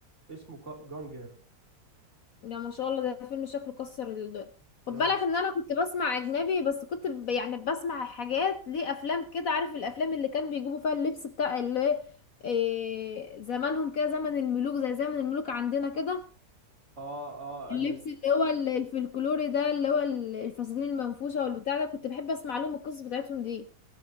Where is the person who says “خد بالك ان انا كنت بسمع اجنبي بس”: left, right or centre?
Left